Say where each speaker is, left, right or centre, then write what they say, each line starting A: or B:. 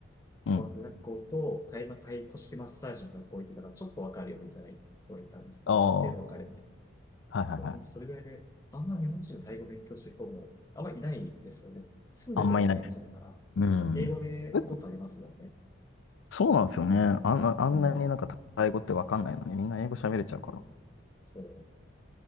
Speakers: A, on the left; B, on the left.
A: うん。
B: 語学学校とタイ、タイ古式マッサージの学校行ってたから、ちょっとわかるよみたいな人がいたんですけど、
A: ああ、
B: ある程度わかるみたいな
A: はいはいはい。
B: 本当それぐらいで、あんま日本人のタイ語を勉強してる人も、あんまりいないですよね。住んでてもいないんじゃないかな。
A: あんまいないです。うん。
B: 英語でことってありますもんね。
A: えそうなんですよね。あんな、あんなになんかタイ語ってわかんないのに、
B: うん。
A: みんな英語喋れちゃうから。
B: そう。